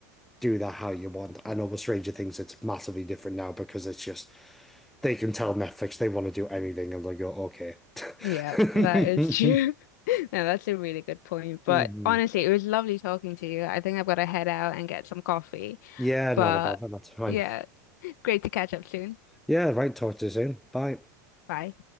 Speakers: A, in the centre; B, on the left.
A: do that how you want. I know with Stranger Things, it's massively different now because it's just they can tell Netflix they want to do anything and they go, okay.
B: Yeah,
A: <laughs>
B: that is true. <laughs> No, that's a really good point. But
A: Mhm.
B: honestly, it was lovely talking to you. I think I've got to head out and get some coffee.
A: Yeah,
B: But
A: not about that. That's fine.
B: yeah, <laughs> great to catch up soon.
A: Yeah, right. Talk to you soon. Bye.
B: Bye.